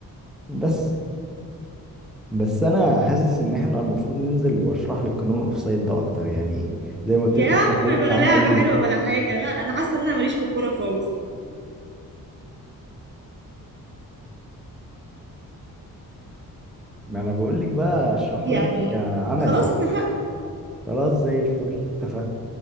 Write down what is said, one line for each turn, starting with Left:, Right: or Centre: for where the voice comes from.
Centre: بس بس انا حاسس ان احنا المفروض ننزل واشرح لك قانون الاوفسايد ده اكتر يعني زي ما قلت
Right: يا
Centre: لك
Right: عم
Centre: اشرحه لك
Right: بلا
Centre: عملي
Right: لعبه حلوه بلا حاجه لا انا حاسه ان انا ماليش في الكوره خالص
Centre: ما انا بقول لك بقى اشرحه
Right: يعني
Centre: لك عملي
Right: خلاص اتفقنا
Centre: خلاص زي الفل اتفقنا